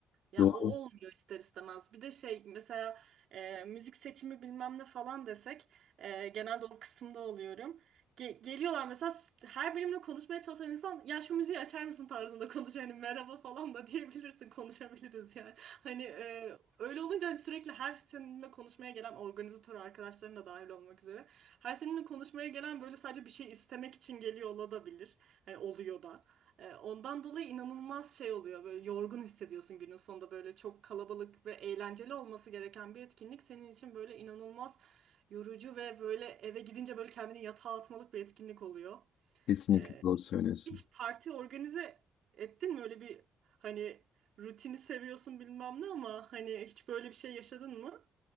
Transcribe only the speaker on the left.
Doğru
kesinlikle
doğru söylüyorsun.